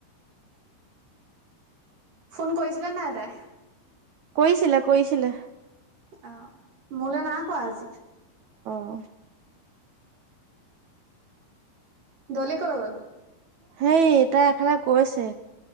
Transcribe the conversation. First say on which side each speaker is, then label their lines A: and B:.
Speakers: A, on the right; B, on the right.
A: ফোন কৰিছিলে নাই তাই।
B: কৰিছিলে-কৰিছিলে।
A: অহ মোলৈ নাই কোৱা আজি।
B: অ।
A: দলি কলৈ গ'ল।
B: হেই তাই এফালে গৈছে।